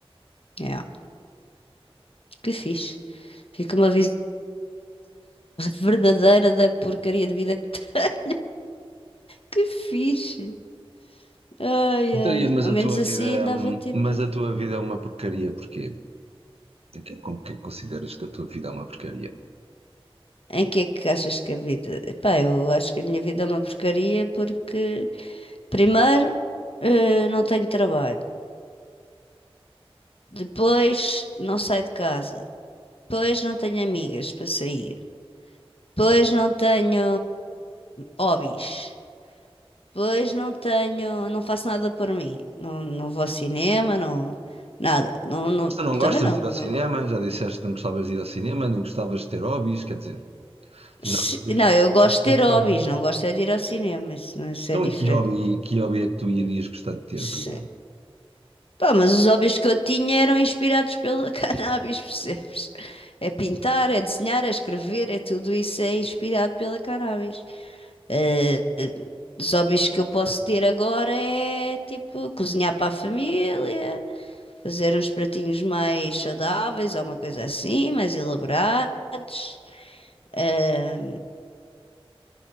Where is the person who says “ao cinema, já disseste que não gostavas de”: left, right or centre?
Right